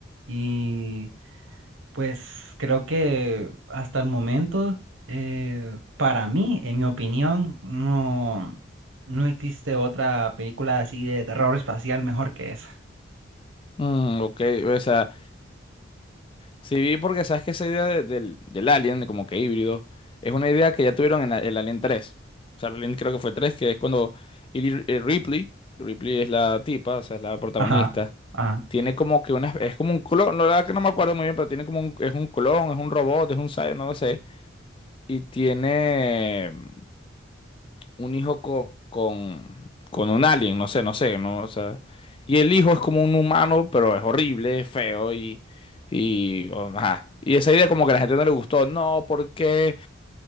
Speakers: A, on the right (about 85°); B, on the left (about 25°).
A: Y pues creo que hasta el momento, eh, para mí, en mi opinión, no, no existe otra película así de terror espacial mejor que esa.
B: Mm, ok, o sea, sí vi porque sabes que esa idea de- del, del Alien, como que híbrido, es una idea que ya tuvieron en la- el Alien tres O sea, el Alien creo que fue 3 que es cuando Eli- eh, Ripley, Ripley es la tipa, o sea, es la protagonista.
A: Ajá, ajá,
B: Tiene como que una, es como un clon, no, la verdad que no me acuerdo muy bien, pero tiene como un, es un clon, es un robot, es un cyborg, no lo sé. Y tiene mm, un hijo co- con, con un alien, no sé, no sé, no, o sea. Y el hijo es como un humano, pero es horrible, es feo y, y, o- ajá. Y esa idea como que a la gente no le gustó, no, ¿por qué?